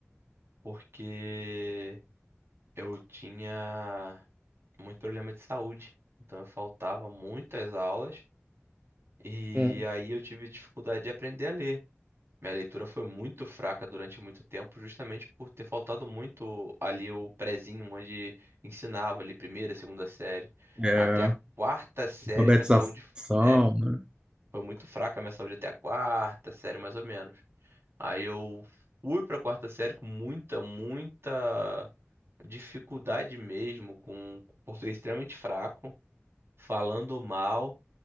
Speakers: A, on the right (about 60°); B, on the right (about 20°).
A: porque eu tinha muito problema de saúde. Então eu faltava muitas aulas e
B: Hum.
A: aí eu tive dificuldade de aprender a ler. Minha leitura foi muito fraca durante muito tempo, justamente por ter faltado muito ali o prezinho, onde ensinava ali primeira, segunda série.
B: É,
A: Até a quarta série,
B: alfabetização,
A: minha saúde é,
B: né?
A: foi muito fraca a minha saúde até a quarta série, mais ou menos. Aí eu fui pra quarta série com muita, muita dificuldade mesmo, com com português extremamente fraco, falando mal,